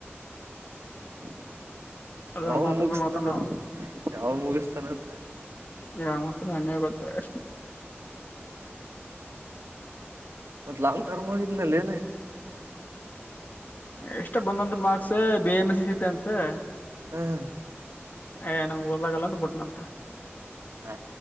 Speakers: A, on the right (about 85°); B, on the left (about 40°).
A: <inaudible>
B: ಅದ
A: ಯಾವಾಗ
B: ಮಾತಾಡ
A: ಮುಗಿಸುತ್ತಾನೆ.
B: ಮಾತಾಡ
A: <inaudible> ಯಾವಗ ಮುಗಿಸ್ತಾನಂತ. <inaudible>
B: ಯಾವ ಮುಗುಸ್ತನೆ ನನಗೇನು ಗೊತ್ತು ಅಷ್ಟೇ? <inaudible>
A: ಒಂದ್ ಲಾಂಗ್ ಟರ್ಮ್ ಹೋಗಿದ್ನಲ್ಲ ಏನು. <inaudible>
B: ಎಸ್ಟು ಬಂದಂತ marks! B. M S C ಸಿಗುತದ ಅಂತ. <inaudible>
A: ಹ. <inaudible>
B: ಹೇ ನಾವು ಹೋದನಲ್ಲ ಅಂತ ಬಿಟ್ಟಂತೆ. <inaudible>
A: ಹಾ